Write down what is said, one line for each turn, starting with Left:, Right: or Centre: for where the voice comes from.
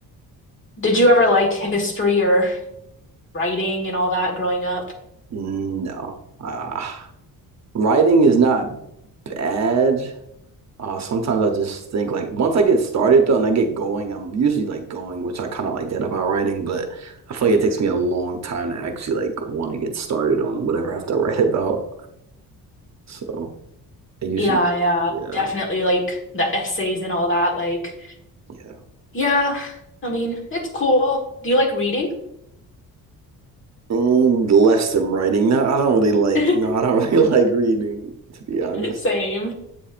Left: did you ever like history or writing and all that growing up?
Right: No. Uh, writing is not bad. Uh, sometimes I just think like once I get started though and I get going, I'm usually like going, which I kind of like that about writing, but I feel like it takes me a long time to actually like want to get started on whatever I have to write about. So I usually,
Left: Yeah, yeah,
Right: yeah,
Left: definitely like the essays and all that. Like,
Right: yeah.
Left: yeah, I mean, it's cool. Do you like reading?
Right: Mm, less than writing. No, I don't really like,
Left: <laughs>
Right: no, I don't <laughs> really like reading, to be honest.
Left: Same,